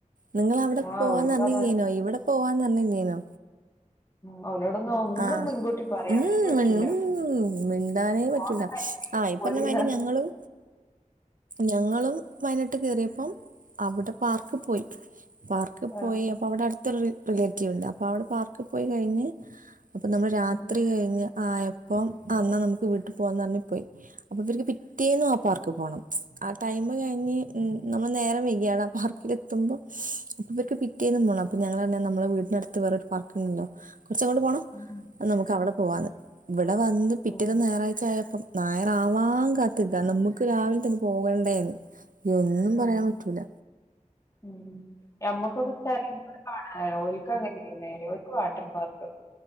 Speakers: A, on the right; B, on the left.
A: നിങ്ങ അവിടെ
B: ആഹ്
A: പോവാന്ന്ഞ്ഞില്ലേനോ
B: ഓൽക്ക് അതാണ്
A: ഇവിടെ പോവാന്ന് ന്നഞ്ഞില്ലേനോ
B: ഉം ഓലോടൊന്നും ഒന്നും
A: ആഹ്
B: മുൻകൂട്ടി പറയാനേ
A: ഉം
B: പറ്റില്ല
A: മൻ ഉം മിണ്ടാനേ പറ്റൂല
B: പോണ ടൈമില്
A: ആ ഇ
B: പോരീന്ന്
A: പറഞ്ഞമാരി ഞങ്ങളും ഞങ്ങളും വയനാട്ട് കെയറിയപ്പം അവിടെ പാർക്ക്പോയി പാർക്ക്പോയി
B: ആഹ്
A: അപ്പ അവിടെ അടു ത്ത് ഒരു റിലേറ്റീവ് ഉണ്ട് അപ്പൊ അവിടെ പാർക്കിൽ പോയി കഴിഞ്ഞ് അപ്പൊ നമ്മള് രാത്രി
B: ഉം
A: കഴിഞ്ഞ് ആ എപ്പം അ അന്നാൽ നമുക്ക് വീട്ടിൽ പോകന്ന്റഞ്ഞ് പോയി അപ്പ ഇവർക്ക് പിറ്റേന്നും ആ പാർക്പോണം ആ ടൈമ കഴിഞ്ഞഞ് ഉം നമ്മൾ നേരം വെയകാടാ പാർക്കിലെത്തുമ്പോ അപ്പൊ ഇവർക്ക് പിറ്റേന്നും പോണം അപ്പൊ ഞങ്ങ നമ്മള വീടിനടുത്ത് വേറൊരു പാർക്കണ്ടല്ലോ കുറച്ചങ്ങോട്ട് പോണം
B: ഉം
A: നമുക്ക് അവിടെ പോവാന്ന്
B: ഉം
A: ഇവിടെ വന്ന് പിറ്റേത്
B: ഉം
A: ഞായറാഴ്ച ആയപ്പം ഞായറാവാൻ കാത്തിക്കാ നമ്മുക്ക് രാവിലെ തന്നെ പോകണ്ടേന്ന് ഒന്നും
B: ഉം
A: പറയാൻ
B: ഉം
A: പറ്റൂല
B: ഉം ഞമ്മക്കൊക്കെ പേരെന്നെ കാണാലോ ഒൽക്ക് അങ്ങനല്ല നേരെ വാട്ടർ പാർക്ക്